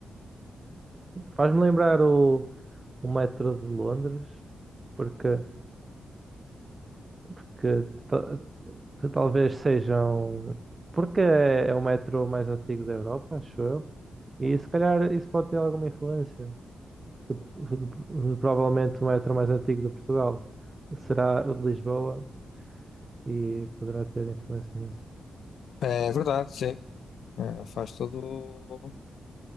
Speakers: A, on the right; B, on the left.
A: Faz-me lembrar o, o metro de Londres, porque, porque que talvez sejam. Porque é é o metro mais antigo da Europa, acho eu, e se calhar isso pode ter alguma influência. que p- Provavelmente o metro mais antigo de Portugal será o de Lisboa e poderá ter influência nisso.
B: É verdade, sim. É, faz todo.